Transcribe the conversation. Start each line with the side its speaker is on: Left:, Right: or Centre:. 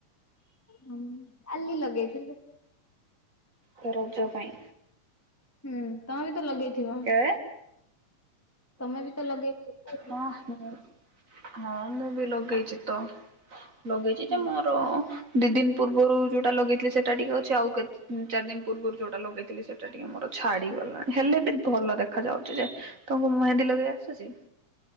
Centre: ହଁ, ମୁଁ କାଲି ଲଗେଇଥିଲି।
Right: ତ ରଜ ପାଇଁ।
Centre: ହୁଁ, ତମେ ବି ତ ଲଗେଇଥିବ?
Right: ଏ
Centre: ତମେ ବି ତ ଲଗେଇ <unintelligible>
Right: ହଁ ମୁଁ ହଁ ମୁଁ ବି ଲଗେଇଛି ତ। ଲଗେଇଛି
Centre: ହୁଁ
Right: ଯେ ମୋର ତ ଦି ଦିନ ପୂର୍ବରୁ ଯୋଉଟା ଲଗେଇଥିଲେ ସେ ସେଟା ଟିକେ ଅଛି। ଆଉ କେତେ ଦ ଚାରି ଦିନି ପୂର୍ବରୁ ଯୋଉଟା ଲଗେଇଥିଲି ସେଟା ଟିକେ ମୋର ଛାଡିଗଲାଣି। ହେଲେ ବି ଭଲ ଦେଖା ଯାଉଛି ଯେ। ତମକୁ ମେହେନ୍ଦୀ ଲଗେଇ ଆସୁଛି?